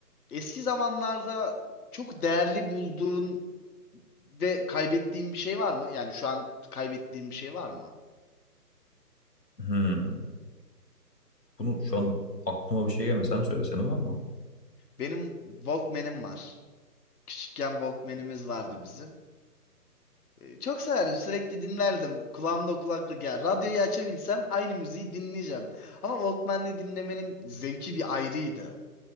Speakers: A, on the left; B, on the left.
A: eski zamanlarda çok değerli bulduğun Ve kaybettiğim bir şey var mı? Yani şu an kaybettiğim bir şey var mı?
B: Hmm. Bunu şu an aklıma bir şey gelmiyor. Sen söyle senin var mı?
A: Benim Walkman'im var. Küçükken Walkman'imiz vardı bizim. Ee, Çok severdim. Sürekli dinlerdim. Kulağımda kulaklık ya. Radyoyu açabilsem aynı müziği dinleyeceğim. Ama Walkman'le dinlemenin zevki bir ayrıydı.